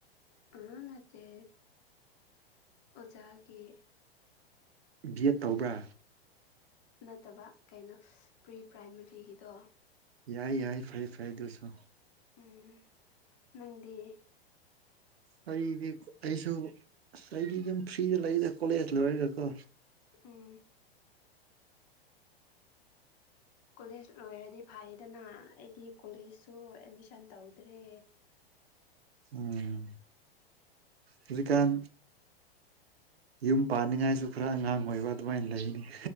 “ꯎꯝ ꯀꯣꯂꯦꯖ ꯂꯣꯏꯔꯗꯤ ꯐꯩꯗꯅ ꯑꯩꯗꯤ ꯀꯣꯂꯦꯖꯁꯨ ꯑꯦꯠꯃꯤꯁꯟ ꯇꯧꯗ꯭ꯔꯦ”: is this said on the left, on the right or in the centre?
Left